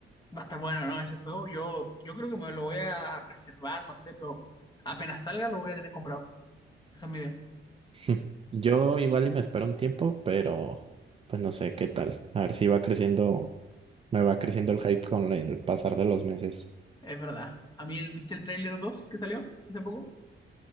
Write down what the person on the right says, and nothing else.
<laughs> Yo igual y me espero un tiempo, pero pues no sé qué tal. A ver si va creciendo, me va creciendo el hype con el pasar de los meses.